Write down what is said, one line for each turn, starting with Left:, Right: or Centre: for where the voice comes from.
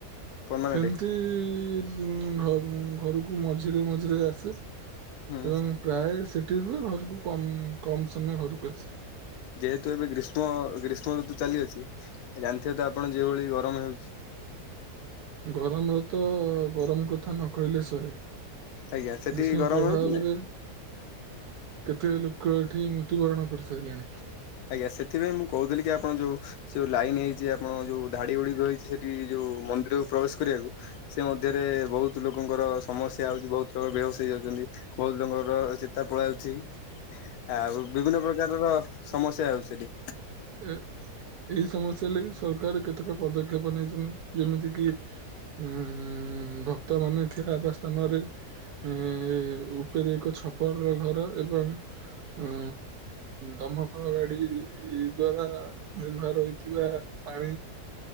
Left: ପରମାନେଣ୍ଟ
Right: ସେମିତି ଘରକୁ ମଝିରେ ମଝିରେ ଆସେ।
Left: ହୁଁ।
Right: ଏବଂ ପ୍ରାୟ ସେଠିରୁୁହେ ଘରକୁ କମ୍ କମ୍ ସମୟ ଘରକୁ ଆସ।
Left: ଯେହେତୁ ଏବେ ଗ୍ରୀଷ୍ମ ଗ୍ରୀଷ୍ମ ଋତୁ ଚାଲିଅଛି। ଜାଣିଥିବେ ତ ଆପଣ ଯେଉଭଳି ଗରମ ହେଉଛି।
Right: ଗରମରେ ତ ଗରମ କଥା ନ କହିଲେ ସରେ।
Left: ଆଜ୍ଞା ସେଠି
Right: ଗ୍ରୀଷ୍ମ
Left: ଗରମ
Right: ପ୍ରଭହ
Left: ହଉଛି ନା
Right: ରେ କେତେ ଲୋକ ଏଠି ମୃତ୍ୟୁବରଣ କରିସାରିଲାଣି।
Left: ଆଜ୍ଞା ସେଥିପାଇଁ ମୁଁ କହୁଥିଲି କି ଆପଣ ଯୋଉ ସେଉ ଲାଇନ ହେଇଛି ଆପଣ ଯୋଉ ଧାଡି ଗୁଡି ରହିଛି ସେଠି ଯୋଉ ମନ୍ଦିରକୁ ପ୍ରବେଶ କରିବାକୁ ସେ ମଧ୍ୟରେ ବହୁତ ଲୋକଙ୍କର ସମସ୍ୟା ହଉଛି ବହୁତ ଲ ବେହୋସ ହେଇଯାଉଛନ୍ତି। ବହୁତ ଜଙ୍ଗର ଚେତା ପଳାଉଛି। ଆଉ ବିଭିନ୍ନ ପ୍ରକାରର ସମସ୍ୟା ହଉ ସେଠି।
Right: ଏ ଏଇ ସମସ୍ୟା ଲାଗି ସରକାର କେତେକ ପଦକ୍ଷେପ ନେଇଛନ୍ତି ଯେମିତି କିି। ଉ ଭକ୍ତ ମାନ ଠିଆ ହେବା ସ୍ଥାନରେ ଏ ଉପରେ ଏକ ଛପର ର ଘର ଏବଂ ହଁ ଦମକଳ ଗାଡି ଦ୍ଵାରା ନିର୍ଭର ହୋଇଇଥିବା ପାଣି